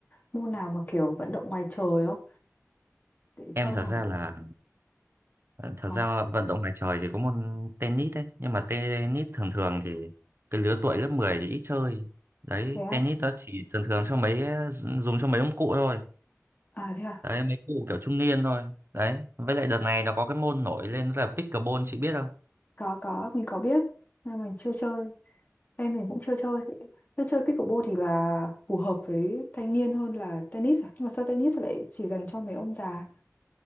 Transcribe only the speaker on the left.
môn nào mà kiểu vận động ngoài trời không? Để
chơi
thằng...
Ờ,
thế à?
À, thế à?
Có, có, mình có biết. Nhưng mình chưa chơi. Em mình cũng chưa chơi. Thế chơi pickleball thì là phù hợp với thanh niên hơn là tennis à? Nhưng mà sao tennis lại chỉ dành cho mấy ông già?